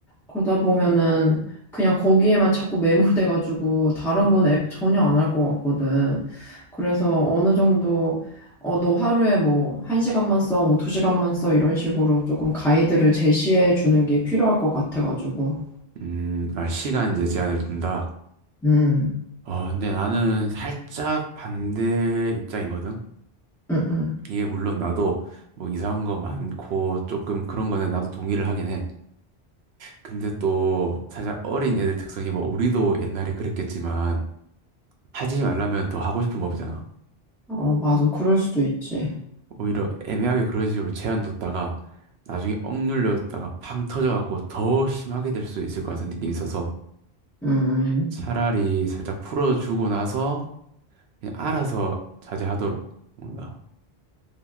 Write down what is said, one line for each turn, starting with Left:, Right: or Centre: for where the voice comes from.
Centre: 그러다 보면은 그냥 거기에만 자꾸 매몰돼가지고 다른 건 애가 전혀 안 할 것 같거든. 그래서 어느 정도 어, 너 하루에 뭐 한 시간만 써, 뭐 두 시간만 써 이런 식으로 조금 가이드를 제시해 주는 게 필요할 것 같아가지고.
Right: 음, 아, 시간 이제 제한을 둔다.
Centre: 음,
Right: 어, 근데 나는 살짝 반대 입장이거든.
Centre: 음, 음.
Right: 이게 물론 나도 뭐 이상한 거 많고 조금 그런 거는 나도 동의를 하긴 해. 근데 또 살짝 어린 애들 특성이 뭐 우리도 옛날에 그랬겠지만 하지 말라면 더 하고 싶은 법이잖아.
Centre: 어, 맞아. 그럴 수도 있지.
Right: 오히려 애매하게 그런 식으로 제한 뒀다가 나중에 억눌렸다가 팡 터져갖고 더 심하게 될 수 있을 것 같은 느낌이 있어서
Centre: 음. 음.
Right: 차라리 살짝 풀어주고 나서 그냥 알아서 자제하도록 뭔가